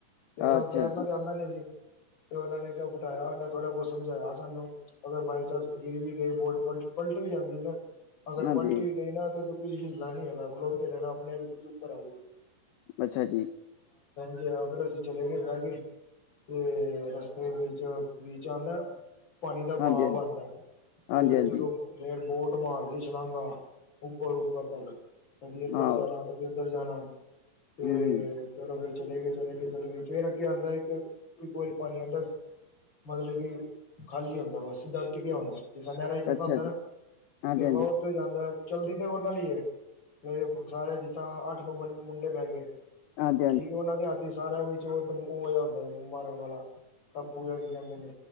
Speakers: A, on the left; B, on the left.
A: ਤੇ
B: ਆ
A: ਸਾਨੂੰ
B: ਅੱਛਾ
A: ਤੈਰਨਾ
B: ਜੀ
A: ਤੇ ਆਂਦਾ ਨੀ ਸੀ ਤੇ ਉਹਨਾਂ ਨੇ ਕਿਹਾਉ ਬਿਠਾਇਆ ਉਹਨੇ ਥੋੜ੍ਹਾ ਬਹੁਤ ਸਮਝਾਇਆ ਸਾਨੂੰ ਅਗਰ ਬਾਈਚਾਂਸ ਗਿਰ ਵੀ ਗਏ ਬੋਟ ਪਲਟ ਪਲਟ ਵੀ ਜਾਂਦੀ ਏ ਨਾ ਅਗਰ
B: ਹਾਂਜੀ
A: ਪਲਟੀ ਗਈ ਨਾ ਤੇ ਤੁਸੀ ਹਿੱਲਣਾ ਨੀ ਹੈਗਾ, ਖਲੋਤੇ ਰਹਿਣਾ ਆਪਣੇ ਆਪ ਤੁਸੀਂ ਉੱਪਰ ਆ ਜੋਗੇ।
B: ਅੱਛਾ ਜੀ।
A: ਜੀ ਹਾਂ ਫਿਰ ਅਸੀਂ ਚਲੇ ਗਏ ਬਹਿ ਕੇ ਤੇ ਰਸਤੇ ਵਿੱਚ ਬੀਚ ਆਂਦਾ। ਪਾਣੀ ਦਾ
B: ਹਾਂਜੀ
A: ਬਾਵ
B: ਹਾਂਜੀ
A: ਵੱਗਦਾ,
B: ਹਾਂਜੀ
A: ਤੇ
B: ਹਾਂਜੀ
A: ਜਦੋਂ ਫੇਰ ਬੋਟ ਮਾਰਦੀ ਸ਼ਾਲਾਂਗਾ, ਉੱਪਰ ਉੱਪਰ ਤੱਕ ਕਦੇ ਇੱਧਰ
B: ਹਾਂ
A: ਜਾਣਾ
B: ਹੂੰ
A: ਕਦੇ ਜਾਣਾ ਤੇ
B: ਹੂੰ,
A: ਚਲੋ ਫੇਰ ਚਲੇ ਗਏ, ਚਲੇ ਗਏ, ਚਲੇ ਗਏ, ਫਿਰ ਅੱਗੇ ਆਂਦਾ ਇੱਕ ਇੱਕ ਵਾਰੀ ਪਾਣੀ ਆਂਦਾ ਮਤਲਬ ਕਿ ਖਾਲੀ ਹੁੰਦਾ, ਬਸ ਸਿੱਧਾ ਟਿਕਿਆ ਹੁੰਦਾ। ਜਿਸਰਾ ਨੇਹਰਾ ਚ ਚੱਲਦਾ
B: ਅੱਛਾ
A: ਹੁੰਦਾ ਨਾ,
B: ਜੀ ਹਾਂਜੀ
A: ਤੇ ਬਹੁਤ ਹੀ ਜਾਂਦਾ ਚਲਦੀ ਤੇ ਉਹਨਾਂ ਨਾਲ ਹੀ ਕਿਨਾਰਿਆ ਐ ਅਠ ਨੌ ਮੁੰਡੇ ਬਹਿ ਗੇ,
B: ਹਾਂਜੀ
A: ਠੀਕ
B: ਹਾਂਜੀ
A: ਐ ਉਹਨਾਂ ਦੀ ਸਾਰਿਆਂ ਵਿੱਚ ਉਹ ਹੁੰਦਾ ਮਾਰਨ ਵਾਲਾ ਕਪੂ ਜਿਹਾ ਕੀ ਕਹਿੰਦੇ ਨੇ